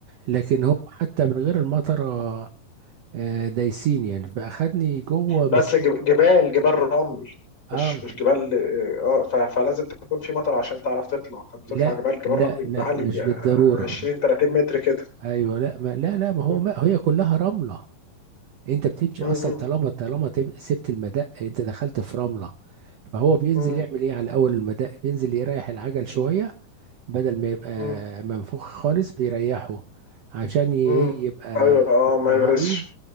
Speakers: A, on the right; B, on the left.
A: لكن هم حتى من غير المطرة آه، دايسين يعني فأخدني جوه مسافة
B: بس جب- جبال جبال رمل مش
A: اه
B: مش جبال اه ف- فلازم تكون في مطر عشان تعرف تطلع كنت بتطلع
A: لا
B: جبال جبال
A: لا
B: رمل
A: لا
B: عالية
A: مش بالضرورة
B: 20 30 متر كده
A: ايوه لا ما لا لا ما
B: مم.
A: هو ما هي كلها رملة انت بتمشي
B: مم.
A: اصلا طالما طالما تب- سبت المدق انت دخلت في رمله فهو بينزل
B: مم.
A: يعمل ايه على اول المدق بينزل يريح العجل شويه بدل ما يبقى
B: مم.
A: منفوخ خالص بيريحه عشان ي- ايه
B: مم.
A: يبقى
B: ايوه اه
A: يبقى
B: ما يغرسش
A: عريض